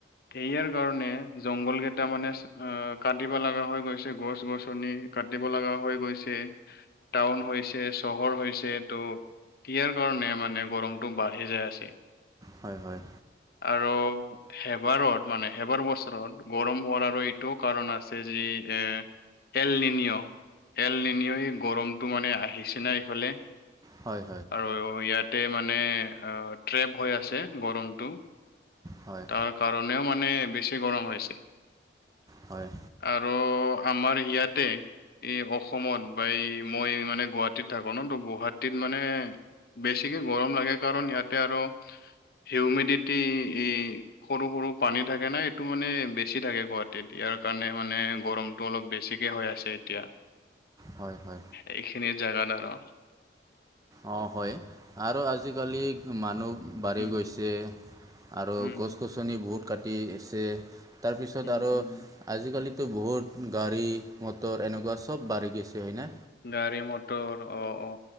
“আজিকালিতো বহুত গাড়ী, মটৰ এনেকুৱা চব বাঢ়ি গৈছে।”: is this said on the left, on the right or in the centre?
Right